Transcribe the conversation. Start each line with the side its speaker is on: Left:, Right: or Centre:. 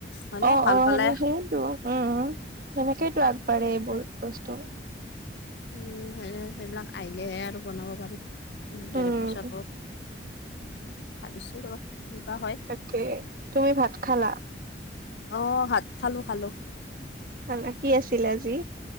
Left: মানে
Right: অ
Left: ভাল
Right: অ
Left: পালে।
Right: সেনে সেইটো উম সেনেকেইতো আগবাঢ়ে এইবোৰ বস্তু।
Left: উম, সে সেইবিলাক আহিলেহে আৰু বনাব পাৰি
Right: উম
Left: ধেৰ পইছা পাওঁ ভাবিছো ৰবা কি বা হয়
Right: তাকে, তুমি ভাত খালা?
Left: অ ভাত খালো খালো।
Right: খালা কি আছিলে আজি?